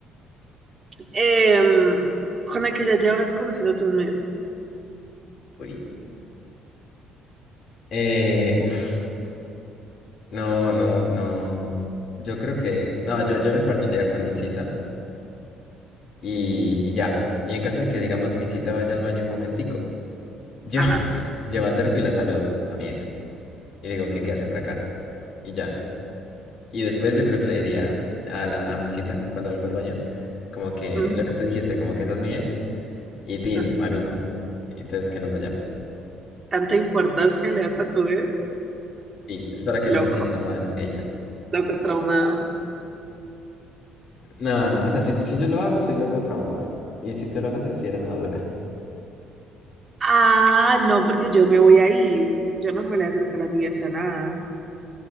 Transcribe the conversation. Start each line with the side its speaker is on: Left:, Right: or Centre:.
Right: Em, con la que ya llevas conociéndote un mes.
Left: Uy. Eh, uf, no, no, no. Yo creo que, no, yo, yo me parcharía con mi cita y, y ya. Y en caso de que, digamos, mi cita vaya al baño un momentico, yo,
Right: Ajá,
Left: <laughs> yo me acerco y la saludo a mi ex. Y le digo que qué hace por acá. Y ya. Y después yo creo que le diría a, la, a mi cita cuando vuelvo al baño, como que
Right: ujú,
Left: lo que tú dijiste, como que esa es mi ex y Tin,
Right: ajá.
Left: maluco. Entonces que nos vayamos.
Right: ¿Tanta importancia le das a tu ex?
Left: Sí, espero que
Right: Loco,
Left: no se sienta mal ella.
Right: loco traumado.
Left: No, no, o sea, si, si yo lo hago, soy loco traumado. Y si tú lo haces, si eres madura.
Right: Ah, no, porque yo me voy a ir. Yo no me voy a acercar a mi ex a nada.